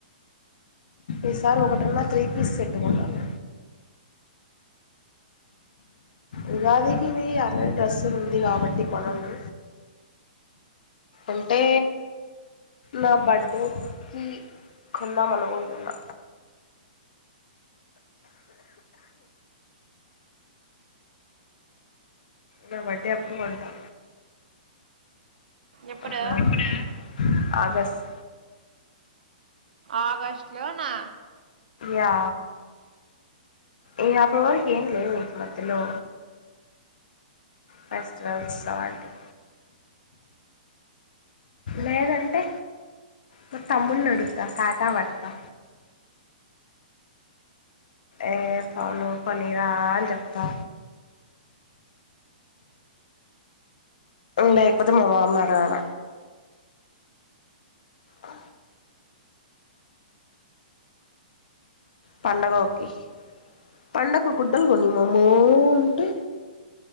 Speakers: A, on the left; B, on the right.
A: ఈసారి ఒకటన్నా త్రీ పీస్ సెట్ కొనాల ఉగాదికి ఆల్రెడీ డ్రెస్సులు ఉంది కాబట్టి కొనను అంటే నా బర్త్డేకి కొందాం అనుకుంటున్నా. నా బర్డే అప్పుడు కొంటా
B: ఎప్పుడు
A: అప్పుడు వరకు ఆగస్ట్
B: ఆగస్టు లో నా
A: యా ఈ అప్పటి వరకు ఏం లేవు ఇక మధ్యలో ఫెస్టివల్స్ లాంటివి లేదంటే నా తమ్మున్ని అడుగుతా కాకా పడతా ఏ ఫోను కోనిరా అని చెప్తా లేకపోతే మా మామని అడగాల ఆ పండగ ఒకి పండగకు గుడ్డలు కొనీ మామ అంటే